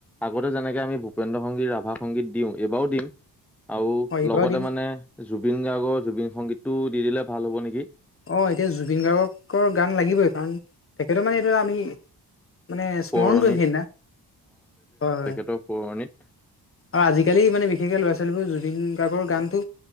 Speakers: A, in the centre; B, on the left (about 35°).
A: আগতে যেনেকে আমি ভূপেন্দ্ৰ সংগীত ৰাভা সংগীত দিওঁ এইবাৰো দিম। আৰু
B: অ এইবাৰো
A: লগতে
B: দিম
A: মানে জুবিন গাৰ্গৰ জুবিন সংগীতটো দি দিলে ভাল হ'ব নেকি।
B: অ এতিয়া জুবিন গাৰ্গৰ গান লাগিবই কাৰণ তেখেতৰ মানে এইটো আমি- মানে স্মৰণ
A: সোঁৱৰণিত
B: কৰিম সেইদিনা। হয় হয়।
A: তোকণিত।
B: আৰু আজিকালি মানে বিশেষকে ল'ৰা ছোৱালীবোৰ জুবিন গাৰ্গৰ গানটো